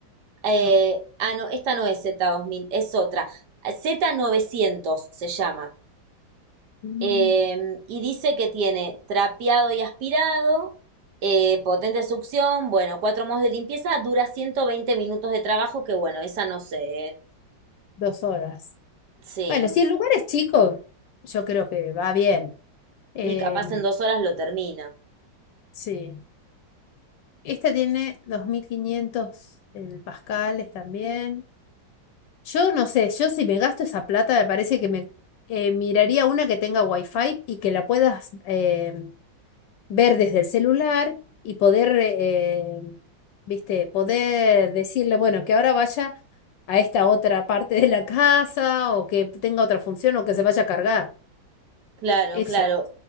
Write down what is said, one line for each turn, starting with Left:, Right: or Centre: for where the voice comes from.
Right: Eh,
Left: Ah,
Right: ah, no, esta no es z dos mil es otra. z novecientos se llama.
Left: mm,
Right: Eh, y dice que tiene trapeado y aspirado, eh, potente succión, bueno, cuatro modos de limpieza, dura 120 minutos de trabajo, que bueno, esa no sé, ¿eh?
Left: Dos horas.
Right: Sí,
Left: Bueno, si el lugar es chico, yo creo que va bien. Eh,
Right: y capaz en dos horas lo termina.
Left: sí. Esta tiene 2500 el pascales también. Yo no sé, yo si me gasto esa plata me parece que me eh, miraría una que tenga wifi y que la puedas eh, ver desde el celular y poder, eh, viste, poder decirle, bueno, que ahora vaya a esta otra parte de la casa o que tenga otra función o que se vaya a cargar.
Right: Claro,
Left: Eso.
Right: claro.